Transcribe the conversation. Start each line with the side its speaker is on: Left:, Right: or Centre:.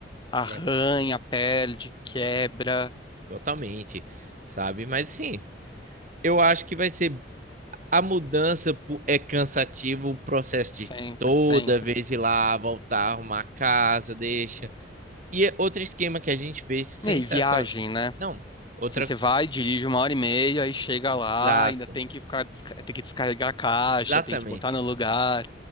Left: arranha,
Right: quebra,
Left: perde, quebra,
Right: totalmente, sabe? Mas sim, eu acho que vai ser a mudança pu- é cansativo o processo
Left: sempre,
Right: de toda
Left: sempre.
Right: vez ir lá, voltar, arrumar a casa, deixa. E é outro esquema que a gente fez sensacional.
Left: E aí, viagem, né?
Right: Não, outra
Left: Assim, você vai, dirige uma hora e meia, aí chega lá,
Right: exato,
Left: ainda tem que ficar, desca- tem que descarregar a caixa,
Right: exatamente.
Left: tem que botar no lugar,